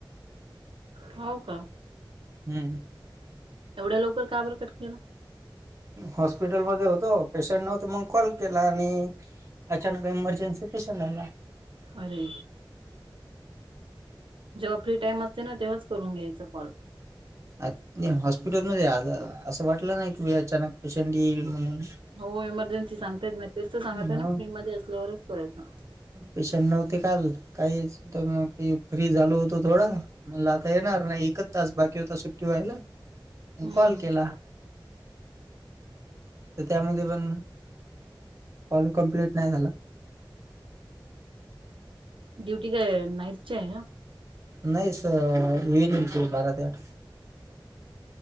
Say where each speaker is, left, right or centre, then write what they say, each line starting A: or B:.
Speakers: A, on the right; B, on the right.
A: हाव का
B: हम्म
A: एवढ्या लवकर का बर कट केला.
B: हॉस्पिटलमध्ये होतो पेशंट नव्हत म कॉल केला आणि अचानक एमर्जन्सी पेशंट आला.
A: अरे जेव्हा फ्री टाईम असते ना तेव्हाच करून घ्यायच कॉल
B: अ नी हॉस्पिटलमध्ये आ असं वाटलं नाई की अचानक पेशंट येईल म्हणून
A: हो इमर्जन्सी सांगता येत नाही तेच तर सांगतय
B: हो
A: ना फ्री मध्ये असल्यावरच करायचं.
B: पेशंट नव्हते काल काही सुद्धा मग ते फ्री झालो होतो थोडा म्हला आता येणार नाही एक तास बाकी होता सुट्टी व्हायला म
A: हम्म
B: कॉल केला. <inaudible> तर त्यामध्ये पण कॉल कंप्लेंट नाही झाला.
A: ड्युटी काय नाईटची हाय ना?
B: नाही स इव्हिनिंगची बारा ते आठ